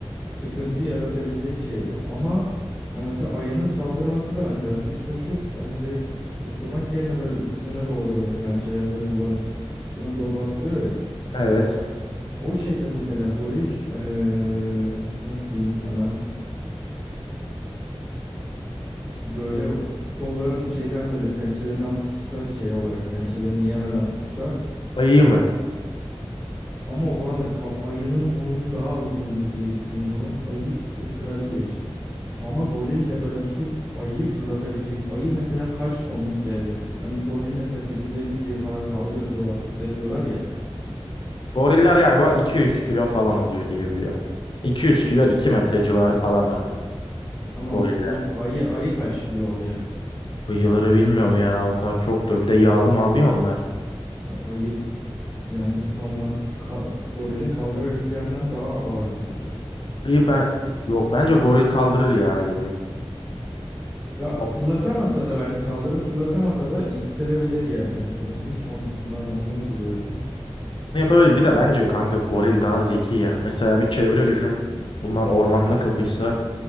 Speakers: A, in the centre; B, on the left (about 55°).
A: sıkıntı yaratabilecek şeydi. Ama ya mesela ayının saldırması da mesela düz koşup hani direkt ısırmak yerine böyle üstüne doğru böyle pençelerini de kullanıp üstüne doğru atlıyor ya.
B: Evet.
A: O şeyde mesela goril eee, nasıl diyeyim sana böyle kolların şeyden böyle pençelerinden tutsa şey olarak pençelerini yemeden tutsa
B: Ayı mı?
A: ama o zaman da ka- ayının boynu daha uzundur diye düşünüyorum. Ayı ısırabilir. Ama goril de böyle tutup ayıyı fırlatabilecek. Ayı mesela kaç tonluk bir ayı? Hani goril mesela 850 kilo falan kaldırır rahatlıkla diyorlar ya.
B: Goriller galiba 200 kilo falan oluyor diye biliyor. 200 kilo 2 metre civarı
A: A-
B: falanlardır
A: Tamam
B: goriller.
A: yok ayı ayı kaç kilo oluyor?
B: Bıyıları bilmiyorum ya onlar çoktur. Bir de yağlı mağlı onlar.
A: Ha, Ayı Yani bir tondan ka- gorilin kaldırabileceğinden daha ağır mıdır?
B: İyi ben yok bence goril kaldırır ya iyi.
A: Ya
B: O-
A: fırlatamasa da bence kaldırıp fırlatamasa da ittirebilir yani bence o güç konusunda hani onu uygulayabilir.
B: Ne yapabilir? Bir de bence kanka goril daha zeki ya. Mesela bir çevre düşün. Bunlar ormanda kapışsa